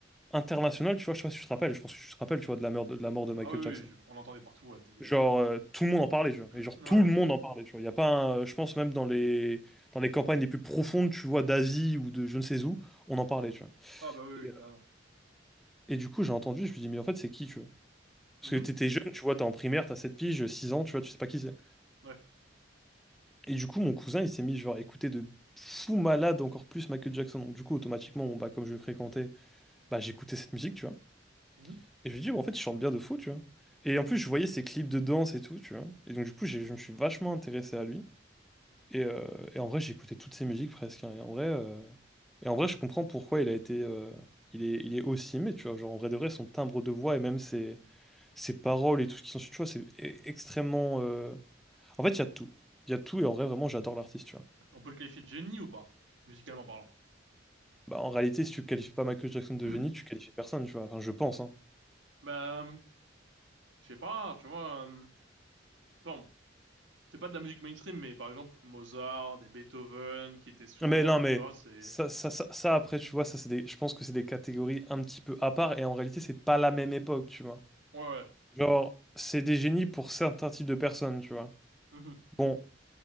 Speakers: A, in the centre; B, on the right.
A: international, tu vois, je sais pas si tu te rappelles, je pense que tu te rappelles, tu vois, de la mort de, de la mort de Michael
B: Ah oui, oui,
A: Jackson.
B: je- on l'entendait partout à la télé.
A: Genre, euh, tout le monde en parlait, tu vois,
B: Ouais,
A: et genre,
B: ouais.
A: tout le monde en parlait, tu vois. Il y a pas un- je pense même dans les, dans les campagnes les plus profondes, tu vois, d'Asie ou de je ne sais où, on en parlait, tu vois.
B: Ah bah oui,
A: Et,
B: oui, carrément.
A: et du coup, j'ai entendu, je me dis, mais en fait, c'est qui, tu vois? Parce
B: Mhm.
A: que t'étais jeune, tu vois, t'es en primaire, t'as 7 piges, 6 ans, tu vois, tu sais pas qui c'est.
B: Ouais.
A: Et du coup, mon cousin, il s'est mis genre à écouter de fou malade encore plus Michael Jackson. Donc du coup, automatiquement, bon, bah, comme je le fréquentais, bah, j'écoutais cette musique, tu vois.
B: Mhm.
A: Et je lui dis, bah, en fait, il chante bien de fou, tu vois. Et en plus, je voyais ses clips de danse et tout, tu vois. Et donc du coup, j'ai- je me suis vachement intéressé à lui. Et, euh, et en vrai, j'écoutais toutes ses musiques presque. hein. Et en vrai, euh, et en vrai, je comprends pourquoi il a été, euh, il est, il est aussi aimé, tu vois. Genre en vrai de vrai, son timbre de voix et même ses, ses paroles et tout ce qui s'ensuit, tu vois, c'est e- extrêmement. euh, En fait, il y a tout. Il y a tout et en vrai, vraiment, j'adore l'artiste, tu vois.
B: On peut le qualifier de génie ou pas, musicalement parlant?
A: Bah, en réalité, si tu qualifies pas Michael Jackson de
B: <clears throat>
A: génie, tu qualifies personne, tu vois. Enfin, je pense, hein.
B: Bah, euh, je sais pas, tu vois, euh, bon, c'est pas de la musique mainstream, mais par exemple, Mozart, des Beethoven qui étaient sourds,
A: Mais non,
B: euh,
A: mais
B: tu vois, c'est...
A: ça, ça, ça, ça, après, tu vois, ça, c'est des... je pense que c'est des catégories un petit peu à part, et en réalité, c'est pas la même époque, tu vois.
B: Ouais, ouais.
A: Genre, c'est des génies pour certains types de personnes, tu vois.
B: Mhm.
A: Bon,